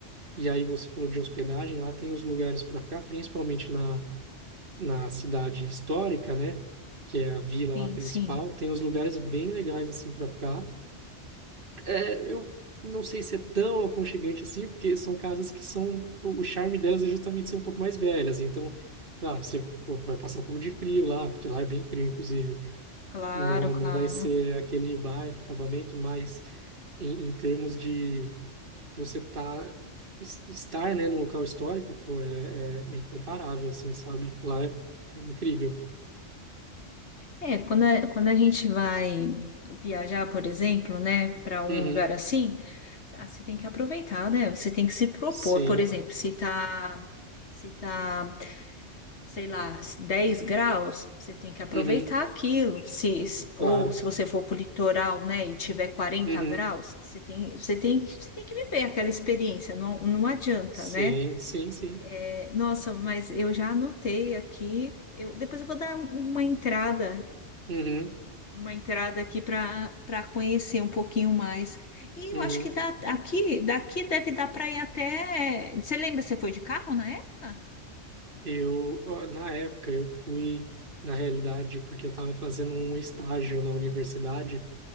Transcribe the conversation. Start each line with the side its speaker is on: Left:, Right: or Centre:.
Right: E aí você falou de hospedagem, lá tem os lugares para ficar, principalmente na na cidade histórica, né? Que é a vila
Left: sim,
Right: lá principal,
Left: sim.
Right: tem uns lugares bem legais assim para ficar. É, eu não sei se é tão aconchegante assim, porque são casas que são o o charme delas é justamente ser um pouco mais velhas. Então, claro, você pô, vai passar um pouco de frio lá, porque lá é bem frio, inclusive.
Left: Claro,
Right: Não,
Left: claro.
Right: não vai ser aquele baita acabamento, mas em, em termos de de você tá, es- estar, né, num local histórico, pô, é, é, é incomparável, assim, sabe? Lá é, é incrível.
Left: É, quando a, quando a gente vai viajar, por exemplo, né, para um
Right: Uhum.
Left: lugar assim, ah, você tem que aproveitar, né? Você tem que se propor,
Right: Sim,
Left: por exemplo, se tá, se tá, sei lá, 10 graus, você tem que aproveitar
Right: uhum,
Left: aquilo. Se, se-
Right: claro.
Left: ou se você for para o litoral, né, e tiver quarenta
Right: Uhum,
Left: graus, você tem, você tem, você tem que viver aquela experiência, não, não adianta,
Right: sim,
Left: né?
Right: sim, sim.
Left: É, Nossa, mas eu já anotei aqui. Eu, depois eu vou dar uma entrada
Right: Uhum,
Left: uma entrada aqui para para conhecer um pouquinho mais. E
Right: uhum.
Left: eu acho que dá, aqui, daqui deve dar para ir até. Você lembra, você foi de carro na época?
Right: Eu, ó, na época, eu fui, na realidade, porque eu estava fazendo um estágio na universidade